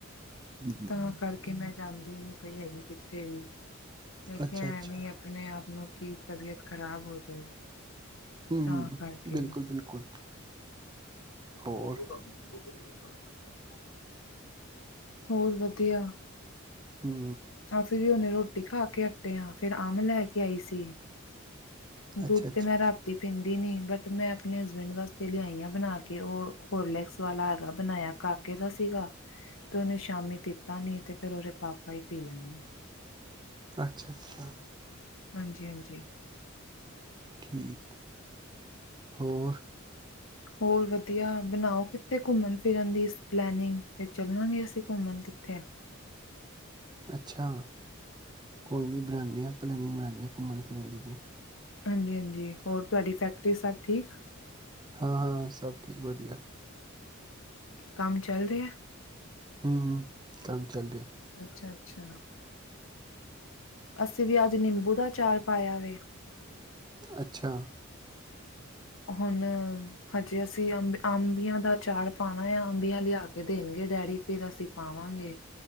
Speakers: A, on the right (about 20°); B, on the left (about 65°).
A: ਹਮ
B: ਤਾਂ ਕਰਕੇ ਮੈਂ ਜਾਂਦੀ ਨੀ ਪਈ ਹੈਗੀ ਕਿੱਥੇ ਵੀ, ਮੈਂ ਕਿਹਾ
A: ਅੱਛਾ ਅੱਛਾ
B: ਐਂਵੇਂ ਅਪਨੇ-ਆਪ ਨੁ ਕੀ, ਤਬੀਅਤ ਖ਼ਰਾਬ ਹੋ ਜਾਏ।
A: ਹਮ
B: ਤਾਂ
A: ਹਮ
B: ਕਰਕੇ।
A: ਬਿਲਕੁਲ ਬਿਲਕੁਲ
B: <unintelligible>
A: ਹੋਰ
B: ਹੋਰ ਵਧੀਆ।
A: ਹੂੰ।
B: ਆ ਫਿਰ ਹੁਨੇ ਰੋਟੀ ਖਾਕੇ ਹੱਟੇ ਆਂ, ਫਿਰ ਅੰਮ ਲੈਕੇ ਆਈ ਸੀ।
A: ਅੱਛਾ
B: ਦੁੱਧ
A: ਅੱਛਾ
B: ਤੇ ਮੈ ਰਾ ਤੀ ਪੀਂਦੀ ਨੀ, ਬਟ ਮੈਂ ਆਪਣੇ ਹਸਬੈਂਡ ਵਾਸਤੇ ਲਿਆਈ ਆਂ ਬਣਾਕੇ, ਉਹ ਹੋਰਲੈਕਸ ਵਾਲਾ ਹੈਗਾ ਬਣਾਇਆ ਘਾਰ ਕੇ ਦਾ ਸੀਗਾ
A: <inaudible>
B: ਤੇ ਉਹਨੂੰ ਸ਼ਾਮੀ ਪੀਤਾ ਨੀ, ਤੇ ਫਿਰ ਉਹਦੇ ਪਾਪਾ ਹੀ ਪੀ ਲੈਣਗੇ।
A: ਅੱਛਾ-ਅੱਛਾ।
B: ਹਾਂਜੀ-ਹਾਂਜੀ।
A: ਠੀਕ ਏ। ਹੋਰ?
B: ਹੋਰ ਵਧੀਆ। ਬਣਾਓ ਕਿੱਥੇ ਘੁੰਮਣ-ਫਿਰਨ ਦੀ ਪਲੈਨਿੰਗ। ਫਿਰ ਚੱਲਾਂਗੇ ਅਸੀਂ ਘੁੰਮਣ ਕਿੱਥੇ।
A: ਅੱਛਾ। ਕੋਈ ਨੀ ਬਣਾਂਨੇ ਆ ਪਲੈਨਿਂਗ ਬਣਾਨੇ ਆਂ, ਘੁੰਮਣ-ਫਿਰਨ ਦੀ ਵੀ।
B: ਹਾਂਜੀ-ਹਾਂਜੀ, ਹੋਰ ਤੁਹਾਡੀ ਫੈਕਟਰੀ ਸਭ ਠੀਕ?
A: ਹਾਂ-ਹਾਂ, ਸਭ ਠੀਕ ਵਧੀਆ।
B: ਕੰਮ ਚੱਲ ਰਿਹਾ?
A: ਹੂੰ, ਹੂੰ ਕੰਮ ਚੱਲ ਰਿਹਾ।
B: ਅੱਛਾ-ਅੱਛਾ! ਅਸੀ ਵੀ ਅੱਜ ਨਿੰਬੂ ਦਾ ਅਚਾਰ ਪਾਇਆ ਵੇ।
A: ਅੱਛਾ!
B: ਹੁਣ, ਹਜੇ ਅਸੀਂ ਅੰਬ, ਅੰਬੀਆਂ ਦਾ ਅਚਾਰ ਪਾਣਾ ਯਾ ਅੰਬੀਆਂ ਲਿਆ ਕੇ ਦੇਣਗੇ ਡੈਡੀ, ਫਿਰ ਅਸੀਂ ਪਾਵਾਂਗੇ।